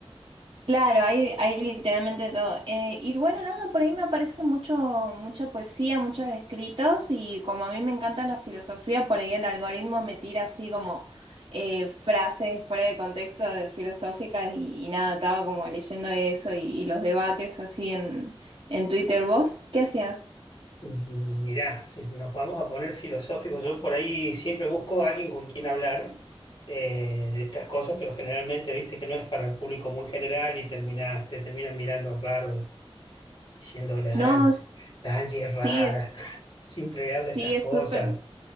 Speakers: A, on the right (about 60°); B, on the left (about 55°).
A: Claro, hay, hay literalmente todo. Eh, y bueno, nada, por ahí me aparece mucho, mucha poesía, muchos escritos y como a mí me encanta la filosofía, por ahí el algoritmo me tira así como eh, frases fuera de contexto de- filosóficas y, y nada, estaba como leyendo eso y, y los debates así en, en Twitter. ¿Vos qué hacías?
B: Mirá, si nos vamos a poner filosóficos, yo por ahí siempre busco a alguien con quien hablar eh, de estas cosas, pero generalmente viste que no es para el público muy general y terminás- te terminan mirando raro, diciendo la
A: No,
B: Angie, la Angie
A: sí,
B: es rara,
A: es,
B: <laughs> siempre habla esas
A: sí,
B: cosas.
A: es súper,